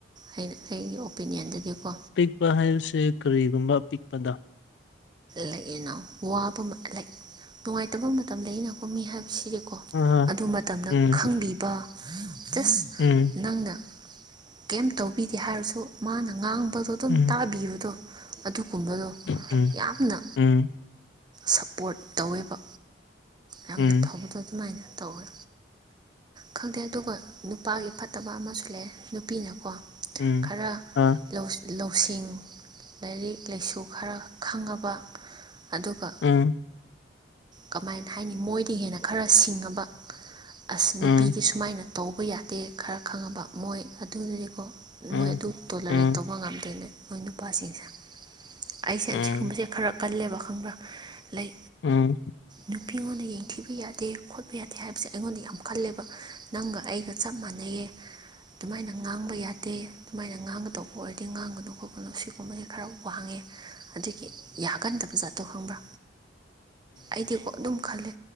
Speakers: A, on the right; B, on the left.
A: ꯑꯩꯅ ꯑꯩꯒꯤ ꯑꯣꯄꯤꯅꯤꯌꯟꯗꯗꯤꯀꯣ
B: ꯄꯛꯄ ꯍꯥꯏꯕꯁꯦ ꯀꯔꯤꯒꯨꯝꯕ ꯑꯄꯤꯛꯄꯗ
A: ꯂꯩꯅ ꯋꯥꯕ ꯅꯨꯡꯉꯥꯏꯇꯕ ꯃꯇꯝ ꯂꯩ ꯑꯅꯀꯣ ꯃꯤ ꯍꯥꯏꯕꯁꯤꯗꯤ ꯀꯣ
B: ꯑ
A: ꯑꯗꯨ ꯃꯇꯝꯗ
B: ꯎꯝ
A: ꯈꯪꯕꯤꯕ ꯖꯁ
B: ꯎꯝ
A: ꯅꯪꯅ ꯀꯩꯝ ꯇꯧꯕꯤꯗꯦ ꯍꯥꯏꯔꯁꯨ ꯃꯥꯅ ꯉꯥꯡꯕꯗꯣ ꯑꯗꯨꯝ
B: ꯎꯝ
A: ꯇꯥꯕꯤꯕꯗꯣ ꯑꯗꯨꯒꯨꯝꯕꯗꯣ
B: ꯎꯝ
A: ꯌꯥꯝꯅ
B: ꯎꯝ
A: ꯁꯞꯄꯣꯔꯠ ꯇꯧꯋꯦꯕ ꯌꯥꯝꯅ
B: ꯎꯝ
A: ꯐꯕꯗꯣ ꯑꯗꯨꯃꯥꯏꯅ ꯇꯧꯋꯦ ꯈꯪꯗꯦ ꯑꯗꯨꯒ ꯅꯨꯄꯥꯒꯤ ꯐꯠꯇꯕ ꯑꯃꯁꯨ ꯂꯩ ꯅꯨꯄꯤꯅꯀꯣ
B: ꯎꯝ
A: ꯈꯔ
B: ꯑ
A: ꯂꯧꯁꯤꯡ ꯂꯥꯏꯔꯤꯛ ꯂꯥꯏꯁꯨ ꯈꯔ ꯈꯪꯉꯕ ꯑꯗꯨꯒ
B: ꯎꯝ
A: ꯀꯃꯥꯏꯅ ꯍꯥꯏꯅꯤ ꯃꯣꯏꯗ ꯍꯦꯟꯅ ꯈꯔ ꯁꯤꯡꯉꯕ ꯑꯁ ꯅꯨꯄꯤꯗꯤ
B: ꯎꯝ
A: ꯁꯨꯃꯥꯏꯅ ꯇꯧꯕ ꯌꯥꯗꯦ ꯈꯔ ꯈꯪꯉꯕ ꯃꯣꯏ ꯑꯗꯨꯗꯨꯗꯤꯀꯣ
B: ꯎꯝ
A: ꯃꯣꯏ ꯑꯗꯨ ꯇꯣꯂꯔꯦꯛ
B: ꯎꯝ
A: ꯇꯧꯕ ꯉꯝꯗꯦꯅꯦ ꯃꯣꯏ ꯅꯨꯄꯥꯁꯤꯡꯁꯦ ꯑꯩꯁꯦ ꯑꯁꯤꯒꯨꯝꯕꯁꯦ
B: ꯎꯝ ꯎꯝ
A: ꯈꯔ ꯀꯜꯂꯦꯕ ꯈꯪꯕ꯭ꯔ ꯂꯩ
B: ꯎꯝ
A: ꯅꯨꯄꯤꯉꯣꯟꯗ ꯌꯦꯡꯊꯤꯕ ꯌꯥꯗꯦ ꯈꯣꯠꯄ ꯌꯥꯗꯦ ꯍꯥꯏꯕꯁꯦ ꯑꯩꯉꯣꯟꯗ ꯌꯥꯝ ꯈꯜꯂꯦꯕ ꯅꯪꯒ ꯑꯩꯒ ꯆꯞ ꯃꯥꯟꯅꯩꯌꯦ ꯑꯗꯨꯃꯥꯏꯅ ꯉꯥꯡꯕ ꯌꯥꯗꯦ ꯑꯗꯨꯃꯥꯏꯅ ꯉꯥꯡꯒꯗꯧꯕ ꯑꯣꯏꯔ ꯗꯤ ꯉꯥꯡꯒꯅꯨ ꯈꯣꯠꯀꯅꯨ ꯁꯤꯒꯨꯝꯕꯁꯤ ꯈꯔ ꯋꯥꯡꯉꯦ ꯑꯗꯨꯒꯤ ꯌꯥꯒꯟꯗꯕ ꯖꯥꯠꯇꯣ ꯈꯪꯕ꯭ꯔꯥ ꯑꯩꯗꯤꯀꯣ ꯑꯗꯨꯝ ꯈꯜꯂꯦ